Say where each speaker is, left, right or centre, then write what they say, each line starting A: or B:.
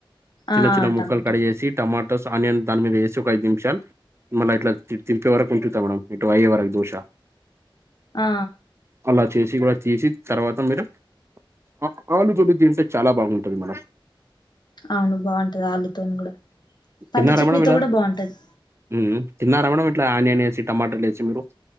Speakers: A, on the right; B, on the left.
A: చిన్న
B: ఆ
A: చిన్న ముక్కలు
B: టమాటో
A: కట్ చేేసి టమాటోస్ ఆనియన్ దాని మీద ఏసి ఒక ఐదు నిమిషాలు మళ్ళా ఇట్లా తిడి తింపే వరకు ఉంటుతా మేడం ఇటు అయ్యేవరకి దోష
B: ఆ
A: అలా చేసి కూడా తీసి తర్వాత మీరు అ ఆలూ <unintelligible> తింటే చాలా బాగుంటుంది మేడం
B: అవును బావుంటది ఆలూ తోని కూడా
A: తిన్నరా
B: పల్లీ చట్నీతో
A: మేడం ఇలా
B: కూడా బాగుంటది
A: ఊ ఊ తిన్నరా మేడం ఇట్లా ఆనియన్ ఏసి టమాటాలు ఏసి మీరు